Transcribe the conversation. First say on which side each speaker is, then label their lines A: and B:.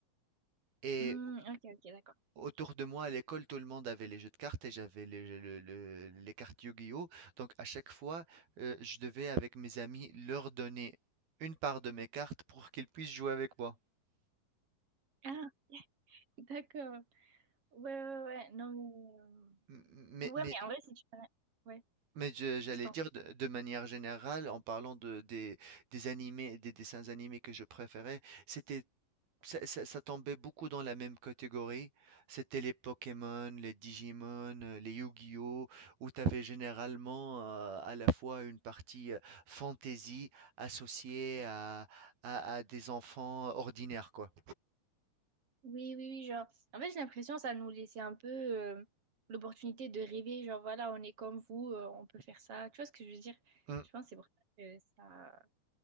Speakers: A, on the right; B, on the right.
A: Et
B: Hmm, ok, ok, d'accord.
A: autour de moi à l'école, tout le monde avait les jeux de cartes et j'avais les, le- le- les cartes Yu-Gi-Oh! Donc à chaque fois, euh, je devais avec mes amis leur donner une part de mes cartes pour qu'ils puissent jouer avec moi.
B: Ah, <laughs> d'accord. Ouais, ouais, ouais. ouais. Non, mais...
A: M- Mais,
B: euh, Ouais,
A: mais,
B: mais en vrai, si tu... Ouais,
A: mais je- j'allais
B: je t'en...
A: dire de, de manière générale, en parlant de, des, des animés, des dessins animés que je préférais, c'était, ça, ça- ça tombait beaucoup dans la même catégorie. C'était les Pokémon, les Digimon, euh, les Yu-Gi-Oh, où tu avais généralement euh, à la fois une partie euh, fantasy associée à, à, à des enfants ordinaires, quoi.
B: Oui, oui, oui, genre... En fait, j'ai l'impression que ça nous laissait un peu euh, l'opportunité de rêver, genre, voilà, on est comme vous, euh, on peut faire ça. Tu vois ce que je veux dire?
A: Mm.
B: Je pense que c'est pour ça que ça...